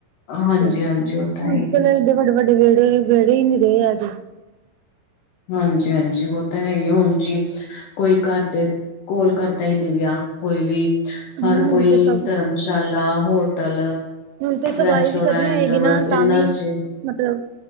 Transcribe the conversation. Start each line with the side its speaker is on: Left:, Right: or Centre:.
Left: ਹਾਂਜੀ
Right: ਤੇ
Left: ਹਾਂਜੀ ਉਹ ਤਾਂ
Right: ਹੁਣ
Left: ਹੈ ਹੀ
Right: ਤੇ ਚਲੋ
Left: ਹੈ।
Right: ਏਡੇ ਵੱਡੇ-ਵੱਡੇ, ਵੇੜੇ-ਵੇੜੇ ਈ ਨੀ ਰਹੇ ਅੱਜ।
Left: ਹਾਂਜੀ-ਹਾਂਜੀ, ਉਹ ਤਾਂ ਹੈ ਹੀ ਹੁਣ ਜੀ ਕੋਈ ਘਰ ਦੇ ਕੋਲ ਕਰਦਾ ਹੀ ਨੀ ਵਿਆਹ। ਕੋਈ ਵੀ ਹਰ
Right: ਹੁਣ
Left: ਕੋਈ
Right: ਤੇ ਸਭ
Left: ਧਰਮਸ਼ਾਲਾ, ਹੋਟਲ
Right: ਹੁਣ ਤੇ ਸਗਾਈ
Left: ਰੈਸਟੋਰੈਂਟ
Right: ਵੀ ਕਰਨੀ ਹੋਏਗੀ ਨਾ
Left: ਬਸ
Right: ਤਾਂ
Left: ਇਨਾਂ
Right: ਵੀ
Left: ਚ
Right: ਮਤਲਬ